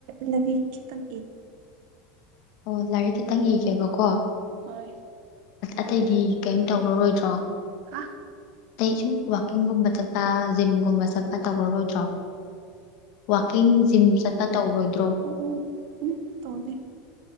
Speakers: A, on the right; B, on the left.
A: ꯂ ꯂꯤꯈ ꯇꯝ
B: ꯑꯣ ꯂꯥꯏꯔꯤꯛ ꯈꯛꯇꯪ ꯏꯒꯦꯕꯀꯣ
A: ꯍꯣꯏ
B: ꯑꯇꯩꯗꯤ ꯀꯔꯤꯝ ꯇꯧꯔꯔꯣꯏꯗ꯭ꯔꯣ
A: ꯍꯥ
B: ꯑꯇꯩ ꯁꯨꯝ ꯋꯥꯋꯥꯛꯀꯤꯡꯒꯨꯝꯕ ꯆꯠꯄ ꯖꯤꯝꯒꯨꯝꯕ ꯆꯠꯄ ꯇꯧꯔꯔꯣꯏꯗ꯭ꯔꯣ ꯋꯥꯛꯀꯤꯡ ꯖꯤꯝ ꯆꯠꯄ ꯇꯧꯔꯣꯏꯗ꯭ꯔꯣ
A: ꯑꯣ ꯑꯣ ꯎ ꯇꯗ